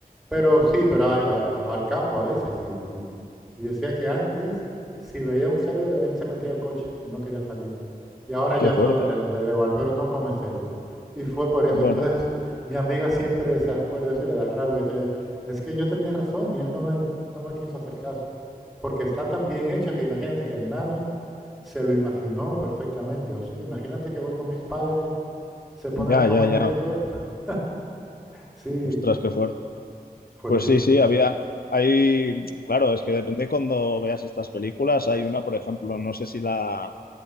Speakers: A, in the centre; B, on the left (about 70°).
A: pero sí, pero hay- a- a- va al campo a veces. Y, y- y decía que antes, si veía un cerdo, él se metía al coche y no quería salir. Y ahora ya
B: Qué fuerte.
A: eso le, le da igual, pero no come cerdo. Y fue por eso.
B: Bueno,
A: Entonces, mi amiga siempre se acuerda de eso y le da rabia. Dice, es que yo tenía razón y él no me, no me quiso hacer caso. Porque está tan bien hecho que imagínate que el nano se lo imaginó perfectamente. Hostia, imagínate que voy con mis padres, se ponen
B: ya,
A: a comer
B: ya, ya.
A: esto. <laughs> Sí,
B: Ostras, qué fuerte.
A: fuertísimo.
B: Pues sí, sí, había, hay, claro, es que depende cuando veas estas películas. Hay una, por ejemplo, no sé si la,